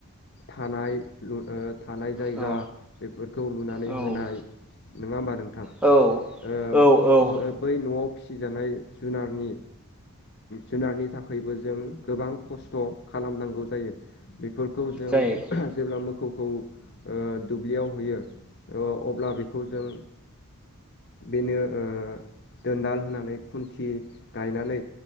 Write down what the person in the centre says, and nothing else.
औ
औ
औ औ औ
जायो